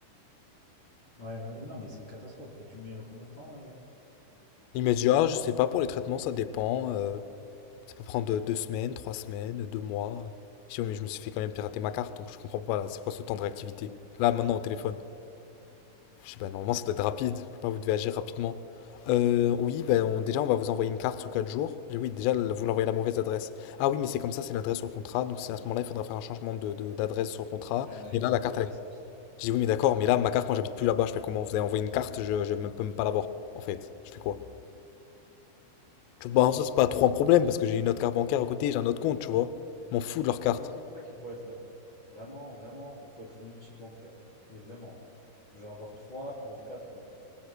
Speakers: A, on the left; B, on the left.
A: Ouais, oui, non, mais c'est une catastrophe. Et tu mets euh, combien de temps euh
B: Il m'a dit, ah, je sais pas, pour les traitements, ça dépend. euh, ça peut prendre deux, deux semaines, trois semaines, deux mois. Je dis, oui, mais je me suis fait quand même pirater ma carte, donc je comprends pas là. C'est quoi ce temps de réactivité? Là, maintenant, au téléphone. Je sais pas, normalement ça doit être rapide. Je sais pas, vous devez agir rapidement. Euh, oui, ben, on- déjà on va vous envoyer une carte sous 4 jours. Et oui, déjà vous l'envoyez à la mauvaise adresse. Ah oui, mais c'est comme ça, c'est l'adresse sur le contrat. Donc c'est à ce moment-là, il faudra faire un changement de, de- d'adresse sur le contrat.
A: Ah ouais,
B: Et là,
A: il
B: la carte,
A: avait fait
B: elle...
A: ça aussi.
B: Je dis oui, mais d'accord, mais là, ma carte, moi j'habite plus là-bas. Je fais comment? Vous avez envoyé une carte, je, je me- peux même pas l'avoir, en fait. Je fais quoi? Tu vois,
A: Ouais, ouais.
B: Bah, ça c'est pas trop un problème parce que j'ai une autre carte bancaire à côté, j'ai un autre compte, tu vois. Je M'en fous de leur carte.
A: Ouais, ouais, c'est pour ça qu'il faut être euh, vraiment, vraiment, il faut être multi-bancaire. Mais vraiment, genre avoir trois, voire quatre comptes.